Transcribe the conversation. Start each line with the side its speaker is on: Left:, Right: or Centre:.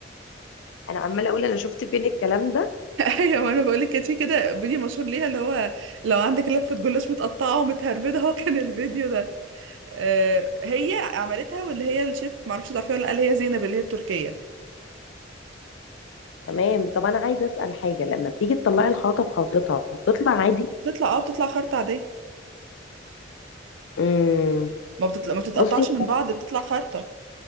Left: انا عماله اقول انا شفت فين الكلام ده
Right: ايوه ما انا بقول لك كانت في كده فيديو مشهور ليها اللي هو لو عندك لفه جلاش متقطعه ومتهربده هو كان الفيديو ده آه، هي عملتها واللي هي الشيف معرفش تعرفيها ولا لأ، اللي هي زينب اللي هي التركيه
Left: تمام طب انا عايزه اسال حاجه لما بتيجي تطلعي الخلطه بخلطتها بتطلع عادي
Right: بتطلع اه بتطلع خرطه عاديه
Left: امم
Right: ما بتطلع ما بتتقطعش
Left: بصي
Right: من بعض بتطلع خرطه